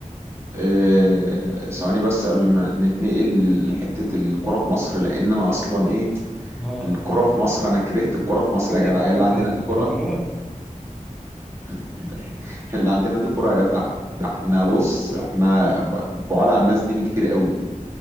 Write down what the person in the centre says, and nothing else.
اه
جيب
لك
مغص
على طول
<laughs> آه.